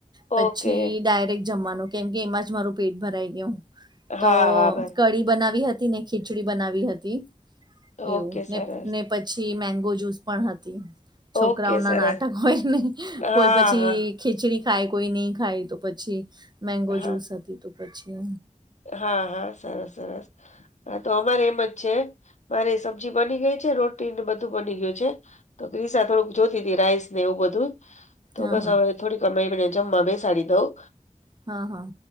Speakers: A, on the right (about 35°); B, on the left (about 65°).
A: પછી
B: ઓકે
A: ડાયરેક્ટ જમવાનું કેમ કે એમાં જ મારું પેટ ભરાઈ ગયું તો
B: હા હા બરા
A: કઢી બનાવી હતી ને ખીચડી બનાવી હતી એવું
B: ઓકે સરસ
A: ને ને પછી મેંગો જૂસ પણ હતી છોકરાઓ
B: ઓકે
A: ના
B: સરસ
A: નાટક હોય ને
B: હા
A: કોઈ પછી
B: હા
A: ખીચડી ખાય કોઈ નહી ખાય તો પછી મેંગો
B: હા
A: જૂસ હતી તો પછી
B: હા હા સરસ સરસ હા તો અમારે એમજ છે મારે સબ્જી બની ગઈ છે રોટી ને બધું બની ગયું છે તો ક્રિશા થોડુંક જોતી હતી રાઈસ ને એવું બધું તો
A: હા
B: બસ
A: હા
B: હવે થોડીક વારમાં એમને જમવા બેસાડી દઉં
A: હા હા